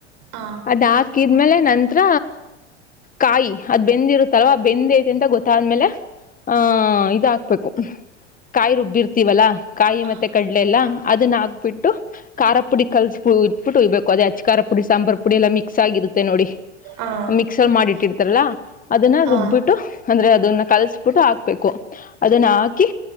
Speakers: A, on the right (about 55°); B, on the left (about 25°).
A: ಹಾ ಹಾ
B: ಅದ ಹಾ ಕ್ಮೇಲೆ ನಂರ ಕಾಯಿ ಅದ್ ಬೆಂದಿರುತ್ತಲ್ವಾ ಬೆಂದ್ ಐತಿ ಅಂತ ಗೊತ್ತಾದ್ಮೇಲೆ
A: ಹಾ
B: ಆಹ ಇದ ಹಾಕ್ಬೇಕು ಕಾಯಿ ರುಬ್ಬಿರ್ತ ವಲ್ಲಾ ಕಾಯಿ
A: ಹಾ
B: ಮತ್ತೆ ಕಡಲೆ ಎಲ್ಲಾ ಅದನ್ನ ಹಕ್ಬಿಟ್ಟು ಖಾರ ಪುಡಿ ಕಲ್ಸಟ್ಬಿಟ್ಟು ಉಯ್ಬೇಕು ಅದೇ ಅಚಕಾರ ಪುಡಿ ಸಾಂಬಾರ್ ಪುಡಿ ಎಲ್ಲ ಮಿಕ್ಸ್ ಆಗಿರುತ್ತೆ ನೋಡಿ
A: ಹಾ ಹಾ
B: ಮಿಕ್ಸರ್ ಮಾಡಿಟ್ಟಿರ್ತಾರಲ್ಲ ಅದನ್ನ
A: ಹಾ
B: ರುಬ್ಬಿಟ್ಟ ರುಬ್ಬಿಟ್ಟು ಅಂದ್ರೆ ಅದನ್ನ ಕಲಸ್ಬಿಟ್ಟು ಹಾಕ್ಬೇಕು ಅದನ್ನ ಹಾಕಿ